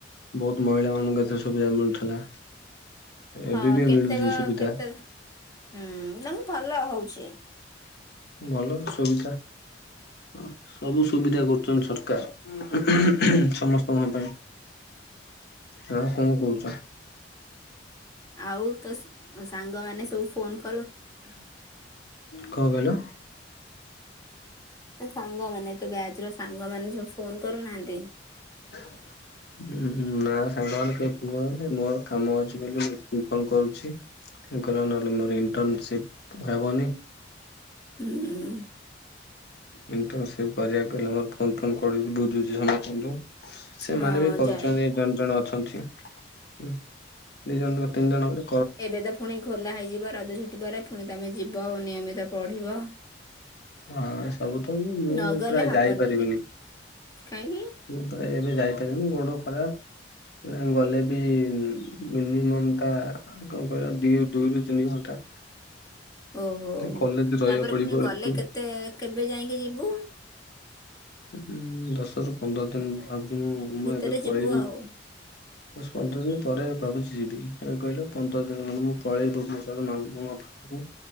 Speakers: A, on the left; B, on the left.
A: ବୋହୁତ ମହିଳାମାନଙ୍କୁ ଏଥିରେ ସୁବିଧା ମିଳୁଥିଲା।
B: ହଁ
A: ଏବେ ବି
B: କେତେକ
A: ମିଳୁଛି ସୁବିଧା
B: କେତେ ହୁଁ ତାଙ୍କୁ ଭଲ ହୋଉଛି।
A: ଭଲ ସୁବିଧା ଅଁ ସବୁ ସୁବିଧା କରୁଚନ୍ତି ସରକାର। ସମସ୍ତଙ୍କ ପାଇଁ ଆଉ କଣ କହୁଚ?
B: ଆଉ ତୋ ସ୍-ସାଙ୍ଗମାନେ ସବୁ ଫୋନ୍ କ
A: କଣ କହିଲ?
B: ତୋ ସାଙ୍ଗମାନେ ତୋ ବ୍ୟାଚର ସାଙ୍ଗମାନେ ସବୁ ଫୋନ କରୁନାହାନ୍ତି?
A: ହଁ ଉଁ ନା ସାଙ୍ଗମାନେ କେହି ଫୋ କରୁନାହାନ୍ତି ମୁଁ ଆଉ କାମ ଅଛି ବୋଲି ମୁଁ ଫୋନ୍ କରୁଛି। ତାଙ୍କର ନହଲେ ମୋର ଇଣ୍ଟର୍ନସିପ୍ ହବନି।
B: ହୁଁଁ।
A: ଇଣ୍ଟର୍ନସିପ୍ କରିବାକୁ ହେଲେ ମୋର ଫୋନ ଫୋନ କରୁଚି ବୁଝୁଚି ସମସ୍ତଙ୍କଠୁ। ସେମାନେ
B: ହଁ
A: ବି କରୁଚନ୍ତି।
B: ଯାଏ
A: ଜଣେ ଜଣେ ଅଛନ୍ତି ଉଁ ଦିଜଣ ନୁହଁ ତିନି ଜଣ ବୋଲି
B: ଏବେ ତ ଫୁଣି ଖୋଲା ହେଇଯିବ ରଜ ଛୁଟି ପରେ ଫୁଣି ତମେ ଯିବ ନିୟମିତ ପଢିବ।
A: ହଁ ସବୁ ତ ମୁଁ ମୁଁ
B: ନଗଲେ
A: ପ୍ରାୟ
B: ହବନି
A: ଯାଇପାରିବିନି।
B: କାହିଁକି?
A: ମୁଁ ପା ଏବେ ଯାଇପାରିବିନି ଗୋଡ ଖରାପ୍। ଏନା ଗଲେ ବି ମିନିମମଟା ଆଉ କଣ କହିଲ ଦିଇ ଦୁଇରୁ ତିନି ଘଣ୍ଟା।
B: ଓହୋ
A: କଲେଜ ରହିବାକୁ
B: ତାପରେ
A: ପଡିବ
B: ଫୁଣି ଗଲେ
A: ଏଠୁ
B: କେତେ କେବେ ଯାଇଁକି ଯିବୁ?
A: ଉଁ ଦଶରୁ ପନ୍ଦର ଦିନ ଭାବୁଚି ମୁଁ ମୁଁ
B: ଭିତରେ
A: ଏବେ ପଳେଇବି।
B: ଯିବୁ ଆଉ
A: ଦଶ ପନ୍ଦର ଦିନ ପରେ ଭାବୁଚି ଯିବି କାଇଁ କହିଲ ପନ୍ଦର ଦିନ ଖଣ୍ଡେ ମୁଁ ପଳେଇଲି ଭୁବନେଶ୍ବର ମାଆ ମୋ ବାପା କୁ